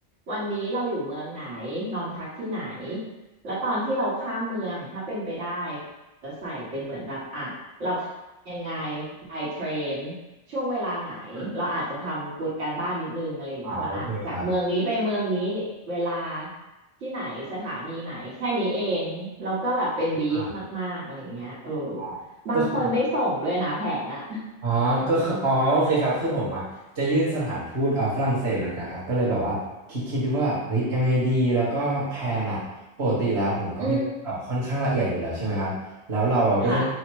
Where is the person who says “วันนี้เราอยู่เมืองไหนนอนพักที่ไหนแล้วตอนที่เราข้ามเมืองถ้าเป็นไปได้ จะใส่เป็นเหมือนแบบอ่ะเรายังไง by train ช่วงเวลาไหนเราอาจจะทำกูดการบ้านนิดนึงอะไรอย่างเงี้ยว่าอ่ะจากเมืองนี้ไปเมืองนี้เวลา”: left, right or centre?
Right